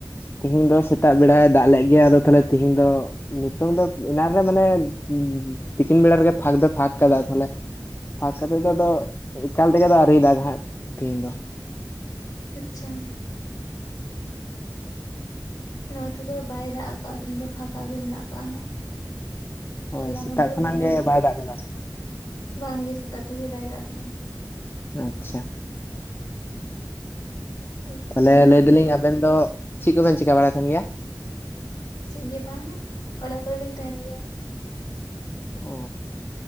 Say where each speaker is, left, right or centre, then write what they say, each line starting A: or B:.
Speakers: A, on the left; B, on the left.
A: ᱛᱤᱦᱤᱧ ᱫᱚ ᱥᱮᱛᱟᱜ ᱵᱮᱲᱟᱭ ᱫᱟᱜ ᱞᱮᱜ ᱜᱮᱭᱟ ᱟᱫᱚ ᱛᱟᱦᱞᱮ ᱛᱤᱦᱤᱧ ᱫᱚ ᱱᱤᱛᱚᱝ ᱫᱚ ᱮᱱᱟ ᱨᱮ ᱢᱟᱱᱮ <unintelligible> ᱛᱤᱠᱤᱱ ᱵᱮᱲᱟ ᱨᱮᱜᱮ ᱯᱷᱟᱸᱠ ᱫᱚ ᱯᱷᱟᱸᱠ ᱠᱟᱫᱟ ᱛᱟᱦᱞᱮ ᱯᱷᱟᱸᱠ ᱠᱟᱛᱮᱫ ᱫᱚ ᱟᱫᱚ ᱮᱠᱟᱞ ᱛᱮᱜᱮ ᱫᱚ ᱟᱶᱨᱤ ᱫᱟᱜ ᱦᱟᱜ ᱛᱤᱦᱤᱧ ᱫᱚ
B: ᱟᱪᱪᱷᱟ ᱱᱚᱛᱮ ᱫᱚ ᱵᱟᱭ ᱫᱟᱜ ᱟᱠᱟᱜ-ᱟ ᱛᱮᱦᱤᱧ ᱫᱚ ᱯᱷᱟᱸᱠᱟ ᱜᱮ ᱢᱮᱱᱟᱜ ᱠᱟᱜ-ᱟ ᱦᱟᱜ
A: ᱚ
B: ᱦᱚᱞᱟ
A: ᱥᱮᱛᱟᱜ
B: ᱢᱚᱦᱽᱫᱷᱮᱨ
A: ᱠᱷᱚᱱᱟᱜ
B: ᱫᱚᱢᱮᱭ
A: ᱜᱮ
B: ᱫᱟᱜᱠᱟᱜ
A: ᱵᱟᱭ ᱫᱟᱜ ᱠᱟᱫᱟ
B: ᱵᱟᱝᱜᱮ ᱥᱮᱛᱟᱜ ᱠᱷᱚᱱ ᱜᱮ ᱵᱟᱭ ᱫᱟᱜ ᱟᱠᱟᱫᱟ
A: ᱟᱪᱪᱷᱟ
B: ᱟᱪᱪᱷᱟ
A: ᱛᱟᱦᱚᱞᱮ ᱞᱟᱹᱭ
B: ᱛᱟᱦᱚᱞᱮ
A: ᱫᱟᱞᱤᱧ ᱟᱵᱮᱱ ᱫᱚ ᱪᱮᱫ ᱠᱚᱵᱮᱱ ᱪᱤᱠᱠᱟ ᱵᱟᱲᱟ ᱛᱟᱦᱸᱮᱱ ᱜᱮᱭᱟ᱾
B: ᱪᱮᱫ ᱜᱮ ᱵᱟᱝ᱾ ᱚᱲᱟᱜ ᱠᱚᱨᱮ ᱞᱤᱧ ᱛᱟᱦᱮᱱ ᱜᱮᱭᱟ᱾
A: ᱚ